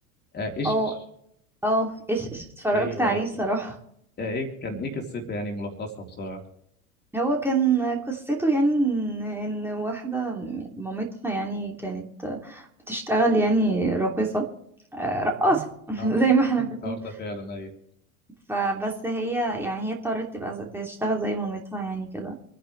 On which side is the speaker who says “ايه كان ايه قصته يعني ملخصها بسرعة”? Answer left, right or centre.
Left